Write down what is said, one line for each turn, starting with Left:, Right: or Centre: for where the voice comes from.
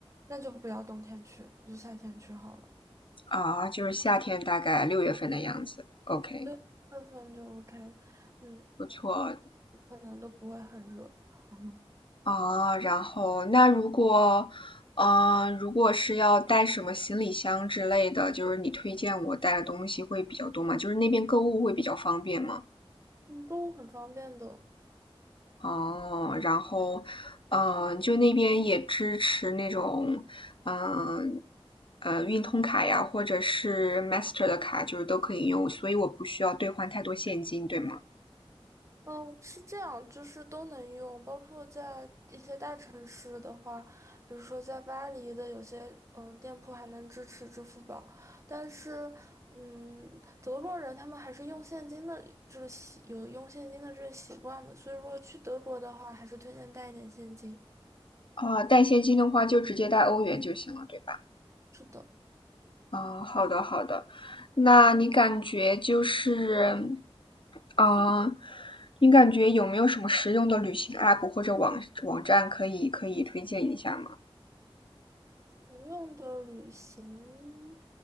Right: 那就不要冬天去，就夏天去好了。
Left: 啊，就是夏天大概六月份的样子。OK，
Right: 对，六月份就 OK，嗯，
Left: 不错。
Right: 可能都不会很热，<laughs>
Left: 啊，然后那如果，嗯呃，如果是要带什么行李箱之类的，就是你推荐我带的东西会比较多嘛？就是那边购物会比较方便嘛？
Right: 嗯，都很方便的。
Left: 哦，然后，嗯、就那边也支持那种，嗯、呃，运通卡呀，或者是 Master 的卡，就是都可以用，所以我不需要兑换太多现金，对吗？
Right: 嗯，是这样，就是都能用，包括在一些大城市的话，比如说在巴黎的有些嗯店铺还能支持支付宝，但是嗯，德国人他们还是用现金的，就是习有用现金的这个习惯的，所以如果去德国的话，还是推荐带一点现金。
Left: 啊、带现金的话就直接带欧元就行了，对吧？
Right: 是的，
Left: 哦，好的好的，那你感觉就是，嗯，你感觉有没有什么实用的旅行 app 或者网网站可以可以推荐一下吗？
Right: 不用的旅行，